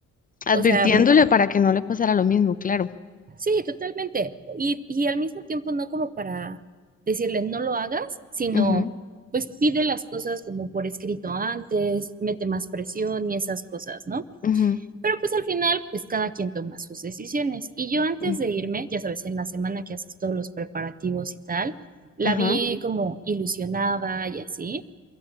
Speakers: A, on the right; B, on the left.
A: o
B: Advirtiéndole
A: sea, mm,
B: para que no le pasara lo mismo, claro.
A: sí, totalmente. Y, y al mismo tiempo no como para decirle no lo hagas, sino
B: Ujú,
A: pues pide las cosas como por escrito antes, mete más presión y esas cosas, ¿no?
B: ujú,
A: Pero pues al final, pues cada quien toma sus decisiones. Y yo antes
B: ujú.
A: de irme, ya sabes, en la semana que haces todos los preparativos y tal, la
B: Ajá.
A: vi como ilusionada y así.